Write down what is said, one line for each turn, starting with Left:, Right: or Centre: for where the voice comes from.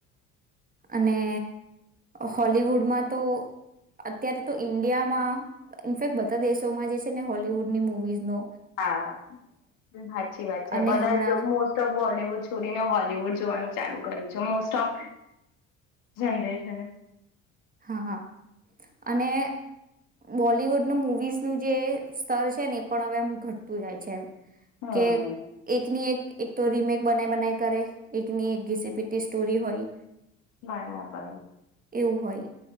Right: અને હોલવુડમાં તો અત્યારે તો ઈન્ડિયામાં ઇનફેક્ટ બધા દેશોમાં જે છે ને હોલવુડની મુૂવીઝનો
Left: હા હાચી વાત છે
Right: અને
Left: બધા
Right: હમણાં
Left: જ મોસ્ટ ઓફ બોલીવુડ છોડીને હોલીવુડ જોવાનું ચાલુ કરે છે મોસ્ટ ઓફ જનરેશન
Right: હા અને બોલિવુડનું મૂવીઝનું જે સ્તર છે ને એ પણ હવે એમ ઘટતું જાય છે એમ
Left: હમ
Right: કે એકની એક એક તો રીમેક બનાય બનાય કરે એકની એક ગીસીપીટી સ્ટોરી હોય
Left: બરાબર
Right: એવું હોય